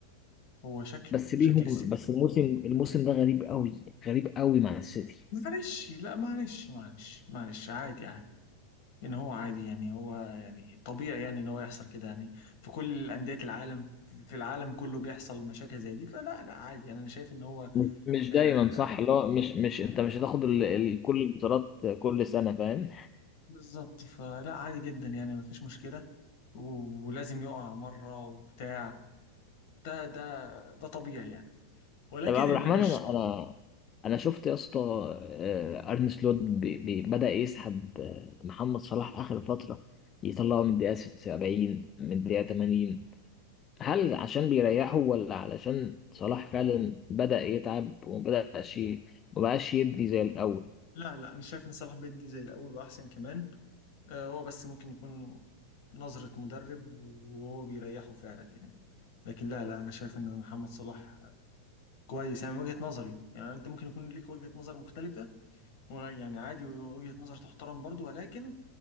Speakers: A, on the left; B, on the left.
A: هو شكله
B: بس ليهم
A: شكل السيتي
B: بس الموسم الموسم ده غريب قوي غريب قوي مع السيتي
A: معلش لا معلش معلش معلش عادي عادي ان هو عادي يعني هو يعني طبيعي يعني ان هو يحصل كده يعني في كل انديه العالم في العالم كله بيحصل مشاكل زي دي فلا لا عادي يعني انا شايف ان هو
B: مش مش
A: آه
B: دايما صح اللي هو مش مش انت مش هتاخد ال... ال... كل البطولات كل سنه فاهم
A: بالظبط فلا عادي جدا يعني مفيش مشكله و- ولازم يقع مره وبتاع ده ده ده طبيعي يعني ولكن
B: طب يا عبد
A: اللي
B: الرحمن
A: بش
B: انا انا انا شفت يا اسطى آه، ارن سلوت بي... بي... بدا يسحب آه، محمد صلاح اخر فتره يطلعه من الدقيقه 70 من الدقيقه 80 هل عشان بيريحه ولا علشان صلاح فعلا بدا يتعب ومبداش ي- مبقاش يدي زي الاول
A: لا لا انا شايف ان صلاح بدري زي الاول واحسن كمان آه هو بس ممكن يكون نظرة مدرب وهو بيريحه فعلا يعني لكن لا لا انا شايف ان محمد صلاح كويس يعني من وجهة نظري يعني انت ممكن يكون ليك وجهة نظر مختلفة ويعني عادي وجهة نظر تحترم برضو ولكن